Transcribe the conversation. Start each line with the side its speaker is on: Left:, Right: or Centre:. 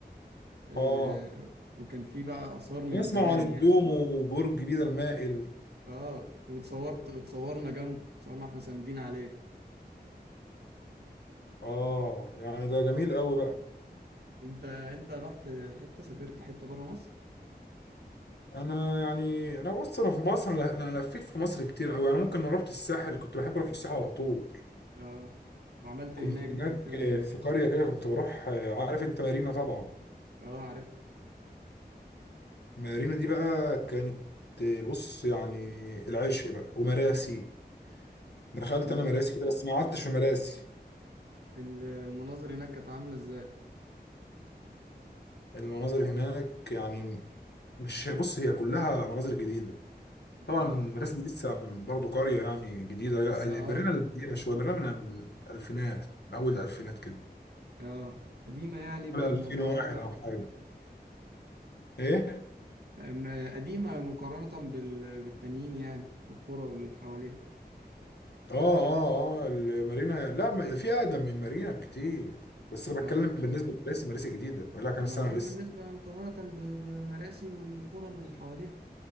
Right: آه،
Left: اه
Right: وكان في بقى آثار من
Left: أنا اسمع
Right: زمان
Left: عن الدومو
Right: يعني
Left: وبرج بيزا المائل
Right: اه واتصورت اتصورنا جنبه اتصورنا احنا ساندين عليه
Left: اه يعني ده جميل قوي بقى
Right: انت انت رحت حتة سافرت حتة بره مصر
Left: انا يعني انا بص انا في مصر انا أنا لفيت في مصر كتير قوي يعني ممكن انا رحت الساحل كنت بحب اروح الساحل على طول
Right: اه وعملت
Left: كنت
Right: ايه هناك
Left: هناك
Right: بتحب تعمل ايه هناك
Left: في قرية كده كنت بروح عارف انت مارينا طبعا
Right: اه عارف
Left: مارينا دي بقى كانت بص يعني العشق بقى ومراسي دخلت
Right: ال...
Left: انا مراسي كده بس ما قعدتش في مراسي
Right: ال- المناظر هناك كانت عاملة ازاي
Left: المناظر هناك يعني مش بص هي كلها مناظر جديدة طبعا
Right: اه
Left: مراسي دي لسه برضه قرية يعني جديدة
Right: لسه اه
Left: برينا القديمة شوية برينا من الألفينات من أول الألفينات كده
Right: اه قديمة يعني بمقارنة
Left: ولا 2001 أو حاجة
Right: بال...
Left: ايه
Right: أم- قديمة مقارنة بال... بالتانيين يعني بالقرى واللي حواليها
Left: اه اه اه المارينا لا ما- في اقدم من مارينا بكتير بس انا
Right: اه
Left: بتكلم بالنسبه لمراسي مراسي جديده بقالها كام
Right: ما انا
Left: سنه
Right: بقول
Left: لسه
Right: بالنسبة مقارنة ب... بمراسي والقرى اللي حواليها